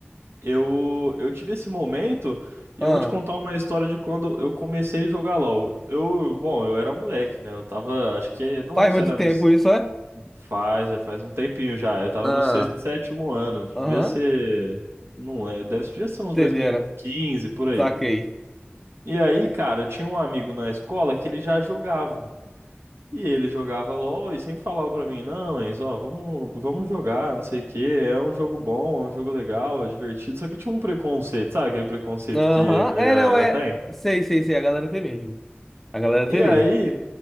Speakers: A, on the right; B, in the centre.
A: Eu, eu tive esse momento e
B: Ah,
A: eu vou te contar uma história de quando eu comecei a jogar LoL. Eu, bom, eu era moleque, né? Eu tava, acho que, não
B: faz
A: lembro
B: muito
A: se era
B: tempo
A: no.
B: isso, é?
A: Faz, já faz um tempinho já. Eu tava
B: Ah,
A: no sexto, sétimo ano. Devia
B: aham,
A: ser. Não é, deve, devia ser uns
B: entenderam,
A: 2015 por aí.
B: saquei.
A: E aí, cara, eu tinha um amigo na escola que ele já jogava. E ele jogava LOL e sempre falava pra mim: Não, Enzo, ó, vamos, vamos jogar, não sei o quê. É um jogo bom, é um jogo legal, é divertido. Só que eu tinha um preconceito, sabe aquele preconceito
B: Aham,
A: que a
B: é,
A: galera
B: não, é,
A: tem?
B: sei, sei, sei, a galera tem mesmo, a galera
A: E
B: tem
A: aí,
B: mesmo.